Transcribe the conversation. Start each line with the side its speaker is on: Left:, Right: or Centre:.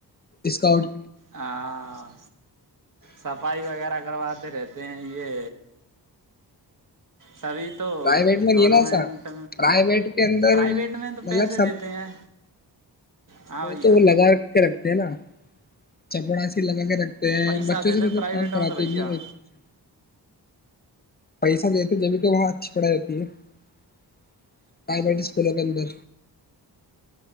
Left: اسکاٹ
Right: ہاں صفائی وغیرہ کرواتے رہتے تے ہیں یہ سبھی تو
Left: پرائیویٹ میں
Right: گورنمنٹ
Left: نہیں ہے نا ایسا پرائیویٹ کے اندر
Right: پرائیویٹ میں تو
Left: مطلب
Right: پیسے
Left: سب
Right: دیتے ہیں ہاں بھیا
Left: تو وہ لگا کے رکھتے ہیں نا چپڑا س لگا کے رکھ
Right: پیسہ
Left: بچوں
Right: دیتے
Left: سے
Right: ہیں
Left: مطلب
Right: پرائیویٹ
Left: کام کراتے
Right: میں تو بھیا
Left: بھی وہ ایکسٹ پیسہ دیتے جبھی تو وہاں اچھی پڑھائی ہو ج <unintelligible> پرائوٹ اسکول کے اندر